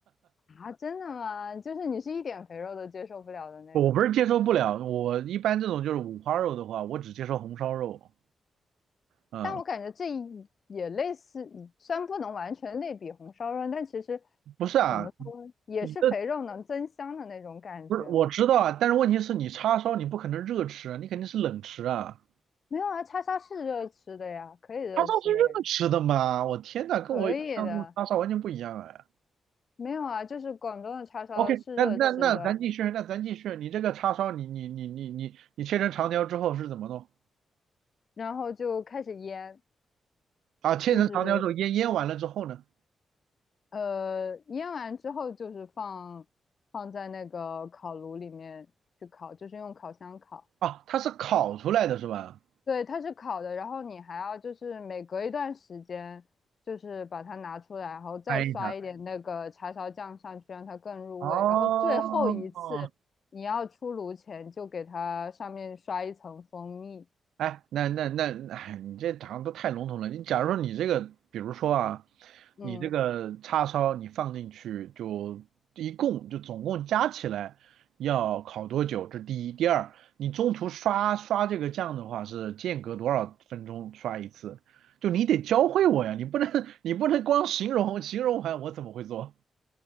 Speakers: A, on the left; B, on the right.
A: 啊，真的吗？就是你是一点肥肉都接受不了的那种吗？
B: <laughs> 我不是接受不了。我一般这种就是五花肉的话，我只接受红烧肉。嗯，
A: 但我感觉这一也类似，虽然不能完全类比红烧肉，但其实
B: 不是啊，
A: 怎么说，也是肥肉能增香的那种感觉啊。
B: 你这不是我知道啊，但是问题是你叉烧你不可能热吃啊，你肯定是冷吃啊。
A: 没有啊，叉烧是热吃的呀，可以热吃的呀，
B: 叉烧是热吃的吗？我天呐，跟我印象中的叉烧完全不一样哎。
A: 可以的。没有啊，就是广东的叉烧是热吃的，
B: OK，那那那咱继续，那咱继续。你这个叉烧你你你你你你切成长条之后是怎么弄？
A: 然后就开始腌，
B: 啊，切成长条之后腌腌完了之后呢？
A: 就是呃，腌完之后就是放放在那个烤炉里面去烤，就是用烤箱烤。
B: 啊，它是烤出来的是吧？
A: 对，它是烤的，然后你还要就是每隔一段时间，就是把它拿出来，然后再刷一点那个叉烧酱上去，
B: 啊，译一下。
A: 让它更入味。
B: 哦，
A: 然后最后一次你要出炉前，就给它上面刷一层蜂蜜。
B: 哎，那那那，哎，你这好像都太笼统了。你假如说你这个，比如说啊，
A: 嗯，
B: 你这个叉烧你放进去就一共就总共加起来要烤多久？这第一，第二，你中途刷刷这个酱的话是间隔多少分钟刷一次？就你得教会我呀，你不能 <laughs> 你不能光形容形容完我怎么会做？